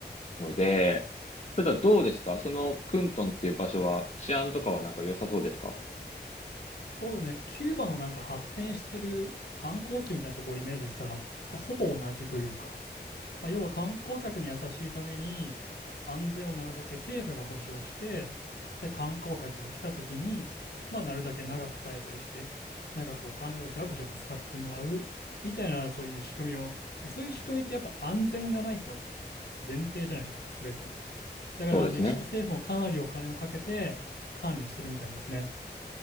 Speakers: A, on the left; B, on the left.
A: ので、ただどうですかそのクントンっていう場所は治安とかはなんか良さそうですか
B: そうだね、キューバのなんか発展してる観光地みたいなとこをイメージしたら、まあほぼ同じというか、まあ、要は観光客に優しいために、まあ安全をなるだけ政府が保障して、で、観光客が来た時に、まあ、なるだけ長く滞在して、長くお金をジャブジャブ使ってもらう、みたいな、そういう仕組みを、そういう仕組みってやっぱ安全がないと前提じゃないですか、すべての。だから、
A: そうですね。
B: メキシコ政府もかなりお金をかけて管理してるみたいですね。